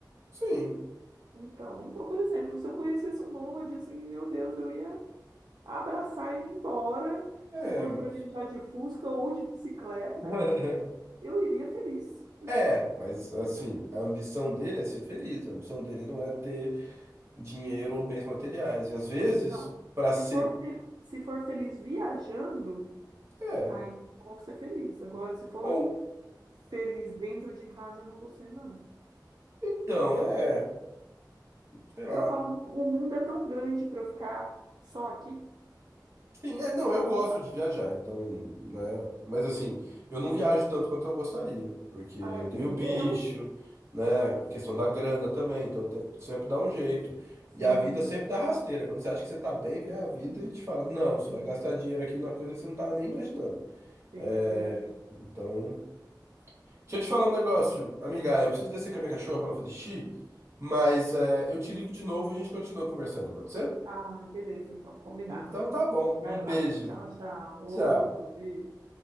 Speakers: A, on the right; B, on the right.
A: sim.
B: Então, então, por exemplo, se eu conhecesse um nômade, assim, meu Deus, eu ia abraçar e ir embora.
A: É,
B: Se fosse
A: ma-
B: para viajar de Fusca ou de bicicleta,
A: <laughs>
B: eu iria feliz.
A: é, mas assim, a ambição dele é ser feliz. A ambição dele não é ter dinheiro ou bens materiais. E às vezes,
B: Não,
A: pra
B: se
A: ser,
B: for, fel- se for feliz viajando,
A: é.
B: aí eu vou ser feliz. Agora, se for
A: Ou
B: feliz dentro de casa, eu não vou ser, não.
A: Então, é, sei lá.
B: Porque eu falo, o mundo é tão grande para eu ficar só aqui.
A: Sim, é, não, eu gosto
B: Ah,
A: de viajar, então, né? Mas assim, eu não viajo tanto quanto eu gostaria, porque eu
B: ah, nem
A: tenho bicho,
B: eu.
A: né? A questão da grana também, então eu tento sempre dar um jeito.
B: Sim,
A: E a vida sempre dá rasteira. Quando você acha que você tá bem, vem a vida e te fala, não, você
B: sim,
A: vai gastar dinheiro aqui numa coisa que você não tava nem imaginando.
B: sim,
A: É,
B: é verdade.
A: então. Deixa eu te falar um negócio, amiga, eu preciso descer com a minha cachorra pra ela fazer xixi, mas é, eu te ligo de novo e a gente continua conversando, pode ser?
B: Ah, beleza, então, combinado.
A: Então tá bom.
B: Vai
A: Um beijo.
B: lá. Tchau, tchau.
A: Tchau.
B: Outro beijo.